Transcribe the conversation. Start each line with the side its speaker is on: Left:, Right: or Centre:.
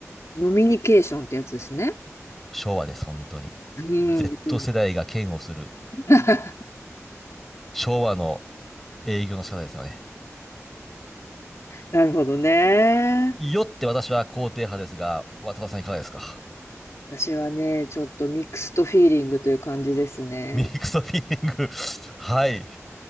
Left: 飲みニケーションってやつですね。
Centre: 昭和です、本当に。
Left: うん。
Centre: Z
Left: うん
Centre: 世代が嫌悪する
Left: <laughs>
Centre: 昭和の営業の仕方ですよね。
Left: なるほどね。
Centre: よって私は肯定派ですが、渡辺さんいかがですか
Left: 私はね、ちょっとミックストフィーリングという感じですね。
Centre: ミックスフィーリング <laughs> はい。